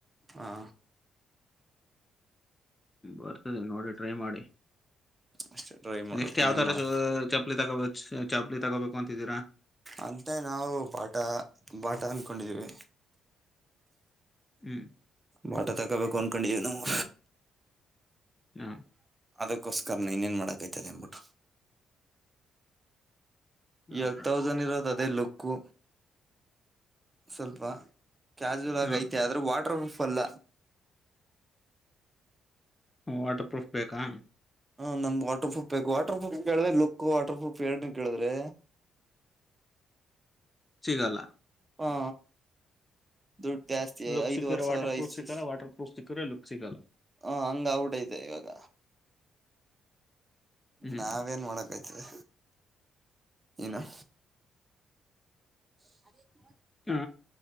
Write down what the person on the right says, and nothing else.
ಹಾ
ಅಷ್ಟೇ ಟ್ರೈ ಮಾಡ್ಬೇಕು
ಇನ್ನೇನು ಮಾಡೋ
ಅಂತ ನಾವು ಬಾಟ ಬಾಟ ಅನ್ಕೊಂಡಿದೀವಿ
ಬಾಟ ತಗೋಬೇಕು ಅಂದಕೊಂಡೀವಿ ನಾವು
ಅದಕ್ಕೋಸ್ಕರ ಇನ್ನನೇನ್ ಮಾಡಕ್ೈ್ತಲ್ಲ ಅನ್ಬಿಟ್ಟು
ಎಗ್ ತಾವ ಜನ ಇರತ್ ಅದೇ ಲುಕ್ ಹಕ್ಕು ಸ್ವಲ್ಪ ಕ್ಯಾಾಸುವಲ್ ಆಗಿ
ಐತೆ ಆದ್ರೆ ವಾಟರ್ ಪ್ರ್ರೂಫ್ ಅಲ್ಲ
ಹ ನಮ್ದ್ ವಾಟರ್ ಪ್ರೂ್ ಬೇಕು ವಾಟರ್ ಪ್ರೂಫ ಕೇಳ್ರೆ ಲುಕ್ ವಾಟರ್ ಪ್ರೂಫ್ ಎರಡ್ ಕೇಳಿದ್ರೆ
ಹಾ ದುಡ್ಡು ಜಾಸ್ತಿ
ಐದು್
ವರ್ಷರ
ಇಷ್ಟ
ಹ ಆಗಿಬಿಟ್ ಐತೆ ಇವಾಗ
ನಾವೇನ್ ಮಾಡಕಯ್ತದೆ ನು ಸ